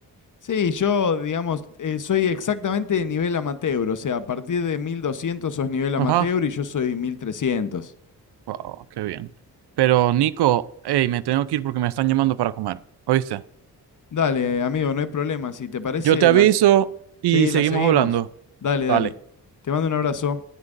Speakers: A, on the left; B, on the right.
A: Sí, yo, digamos, eh, soy exactamente de nivel amateur, o sea, a partir de 1200 sos nivel amateur
B: Ajá.
A: y yo soy 1300.
B: Wow, qué bien. Pero Nico, hey, me tengo que ir porque me están llamando para comer. ¿Oíste?
A: Dale, amigo, no hay problema. Si te parece,
B: Yo te aviso
A: las...
B: y
A: sí,
B: seguimos
A: las seguimos.
B: hablando.
A: Dale, dale.
B: Dale.
A: Te mando un abrazo.